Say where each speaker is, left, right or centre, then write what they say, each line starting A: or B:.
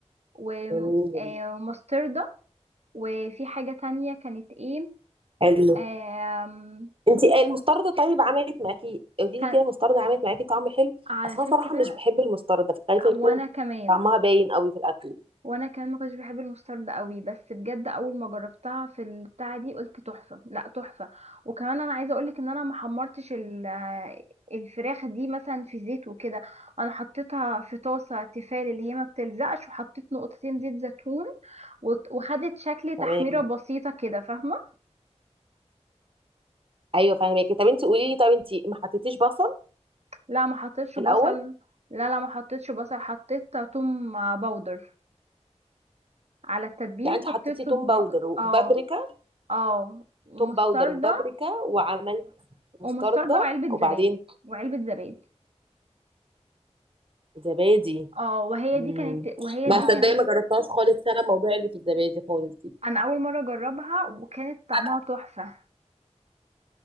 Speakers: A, on the right; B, on the right.
A: و-
B: جميل
A: آه، ومستردة وفي حاجة تانية كانت ايه
B: حلو
A: آم،
B: انت المستردة طيب عملت معاكي قولي
A: كان
B: لي كده المستردة عملت معاكي طعم حلو
A: على
B: اصل
A: فكرة
B: انا صراحه مش بحب المستردة فخايفه
A: وانا
B: يكون
A: كمان
B: طعمها باين قوي في الاكل
A: وانا كمان ما كنتش بحب المسترد قوي بس بجد اول ما جربتها في البتاعة دي قلت تحفة لا تحفة وكمان انا عايزة اقولك ان انا ما حمرتش ال- الفراخ دي مثلا في زيت وكده انا حطيتها في طاسة تيفال اللي هي ما بتلزقش وحطيت نقطتين زيت زيتون وت- وخدت شكل
B: تمام
A: تحميرة بسيطة كده فاهمة
B: ايوه فاهمك طب انت قولي لي طب انت ما حطيتيش بصل
A: لا ما حطيتش
B: في
A: بصل
B: الاول
A: لا لا ما حطيتش بصل حطيت توم باودر على التتبيل
B: يعني انت
A: حطيت
B: حطيتي
A: طب-
B: توم باودر وبابريكا
A: اه اه ومستردة
B: توم باودر وبابريكا وعملت مستردة
A: ومستردة وعلبة
B: وبعدين
A: زبادي وعلبة زبادي
B: زبادي
A: اه وهي
B: امم
A: دي كانت وهي
B: ما
A: دي
B: اه
A: كانت
B: صدقني ما جربتهاش خالص انا الموضوع اللي في الزبادي خالص دي
A: انا اول مرة اجربها وكانت طعمها
B: انا
A: تحفة